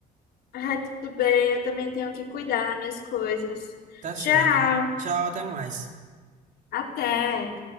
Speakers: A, on the left; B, on the right.
A: Ah, tudo bem, eu também tenho que cuidar das minhas coisas.
B: Tá certo.
A: Tchau,
B: Tchau, até mais.
A: até.